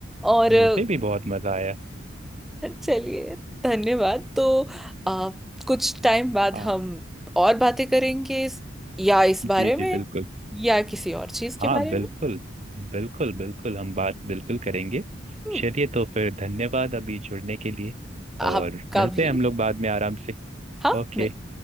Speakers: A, in the centre; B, on the right (about 35°).
A: और
B: मुझे
A: अ,
B: भी बहुत मजा आया
A: चलिए धन्यवाद तो अ, कुछ टाइम बाद
B: हाँ
A: हम और बातें करेंगे इस, या इस
B: जी
A: बारे में
B: जी बिल्कुल
A: या किसी और चीज के
B: हाँ
A: बारे
B: बिल्कुल
A: में
B: बिल्कुल बिल्कुल हम बात बिल्कुल करेंगे
A: हम्म,
B: चलिए तो फिर धन्यवाद अभी जुड़ने के लिए
A: आपका
B: और मिलते
A: भी
B: हैं हम लोग बाद में आराम से
A: हाँ
B: ओके
A: मिल,